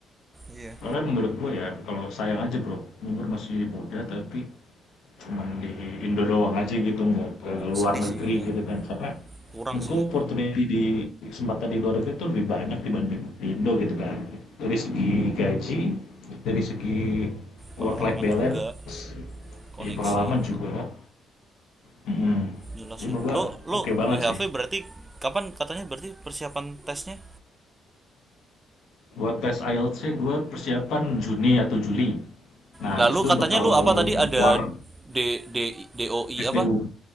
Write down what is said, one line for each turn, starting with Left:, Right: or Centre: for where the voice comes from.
Right: Iya.
Left: soalnya menurut gua ya kalau sayang aja bro umur masih muda tapi cuma di Indo doang aja gitu nggak ke luar
Right: Sedih
Left: negeri
Right: sih ya.
Left: gitu kan karena
Right: Kurang
Left: menurut
Right: sih
Left: gua
Right: ya.
Left: opportunity di kesempatan di luar negeri itu lebih banyak dibanding di Indo gitu kan dari segi gaji dari segi
Right: Pengalaman
Left: work life balance
Right: juga koneksi
Left: di pengalaman juga kan Mhm.
Right: jelas
Left: Jadi
Right: sih.
Left: Bapak
Right: Lo lo
Left: oke banget
Right: WHV
Left: sih.
Right: berarti kapan katanya berarti persiapan tesnya?
Left: Buat tes IELTS-nya gue persiapan Juni atau Juli. Nah,
Right: Lalu
Left: habis
Right: katanya
Left: itu bakal
Right: lu apa tadi
Left: buat
Right: ada
Left: WAR
Right: D D DOI
Left: SDU.
Right: apa?